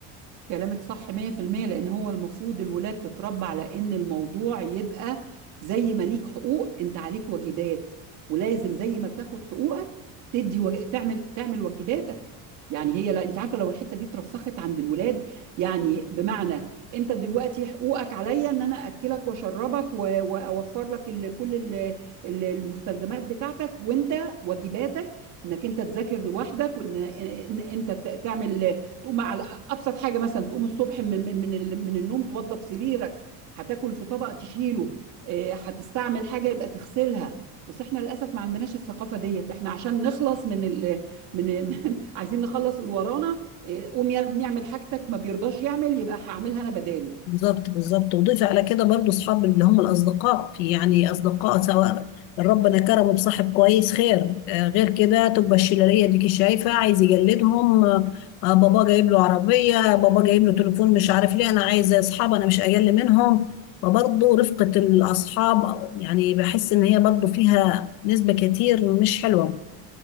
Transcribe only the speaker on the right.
كلامك صح 100% لان هو المفروض الولاد تتربى على ان الموضوع يبقى زي ما ليك حقوق انت عليك واجبات ولازم زي ما بتاخد حقوقك تدي وج... تعمل تعمل واجباتك يعني هي لا انت عارفه لو الحته دي اترسخت عند الولاد يعني بمعنى انت دلوقتي حقوقك عليا ان انا اكلك واشربك و... واوفر لك ال... كل ال... ال- المستلزمات بتاعتك وانت واجباتك انك انت تذاكر لوحدك وان إن- انت ت- تعمل تقوم على ابسط حاجه مثلا تقوم الصبح من من ال- من النوم توضب سريرك هتاكل في طبق تشيله آه، هتستعمل حاجه يبقى تغسلها بس احنا للاسف ما عندناش الثقافه ديت احنا عشان نخلص من ال... من <laughs> عايزين نخلص اللي ورانا آه، قوم يا ابني اعمل حاجتك ما بيرضاش يعمل يبقى هعملها انا بداله